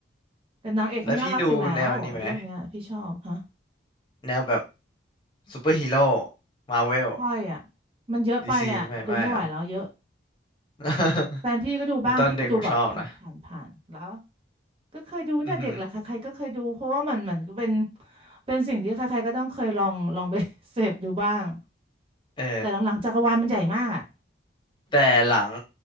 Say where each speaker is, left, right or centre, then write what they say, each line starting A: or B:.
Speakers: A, on the right; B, on the left.
A: แต่นางเอกเขาน่ารักอยู่แล้วเรื่องเนี้ยพี่ชอบฮะ
B: แล้วพี่ดูแนวนี้ไหมแนวแบบซูเปอร์ฮีโร่มาเวล
A: ค่อยอ่ะมันเยอะไปอ่ะดูไม่ไหวแล้วเยอะ
B: ดีซีไม่ไม่เหรอ <laughs>
A: แฟนพี่ก็ดูบ้างพี่ก็ดูแบบผ่านผ่านผ่านแล้ว
B: ผมตอนเด็กผมชอบนะ
A: ก็เคยดูเนี่ยเด็กแหละใครๆก็เคยดูเพราะว่ามันเหมือนเป็น
B: อือหือ
A: เป็นสิ่งที่ใครๆก็ต้องเคยลองลองไป <laughs> เสพดูบ้าง
B: เออ
A: แต่หลังๆจักรวาลมันใหญ่มากอ่ะ
B: แต่หลัง